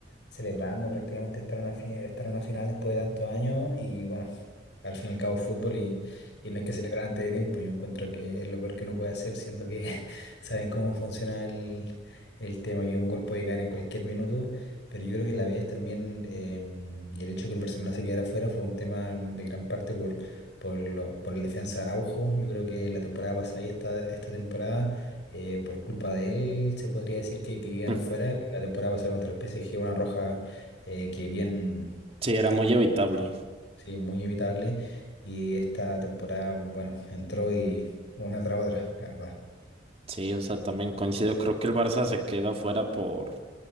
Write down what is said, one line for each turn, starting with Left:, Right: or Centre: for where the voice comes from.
Left: celebrando prácticamente estar en una, fi- estar en una final después de tantos años y bueno, al fin y al cabo es fútbol y, y no hay que celebrar antes de tiempo. Yo encuentro que es lo peor que uno puede hacer, siendo que <laughs> saben cómo funciona el, el tema, que un gol puede caer en cualquier minuto. Pero yo creo que la vez también, em, y el hecho de que el Barcelona se quedara fuera fue un tema de gran parte por, por, lo- por el defensa Araujo. Yo creo que la temporada pasada y esta, esta temporada eh, por culpa de él, se podría decir que, que quedaron
Right: <laughs>
Left: fuera. La temporada pasada contra el PSG, una roja eh, que bien,
Right: sí, era muy evitable.
Left: eh, sí, muy evitable. Y esta temporada, bueno, entró y una tras otra, la verdad.
Right: Sí, o sea, también coincido. Creo que el Barça se queda fuera por